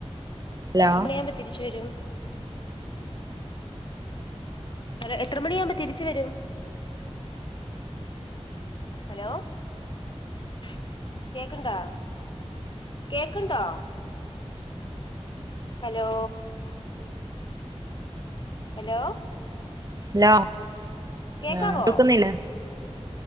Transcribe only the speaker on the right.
ഹലോ
ലോ
ആ കേക്കുന്നില്ല-